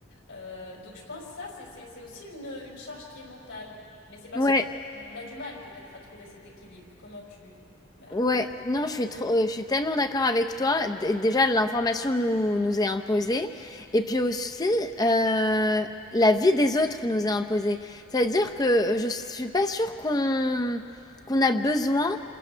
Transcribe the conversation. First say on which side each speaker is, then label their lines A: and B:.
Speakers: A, on the left; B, on the left.
A: Euh, donc je pense que ça, c'est c'est- c'est aussi une, une charge qui est mentale. Mais c'est parce
B: Ouais.
A: qu'on on a du mal peut-être à trouver cet équilibre. Comment tu... Ben,
B: Ouais, non,
A: oui,
B: je suis trop, euh, je suis tellement d'accord avec toi. D- déjà, l'information nous, nous est imposée. Et puis aussi, euh, la vie des autres nous est imposée. C'est-à-dire que je suis pas sûre qu'on qu'on a besoin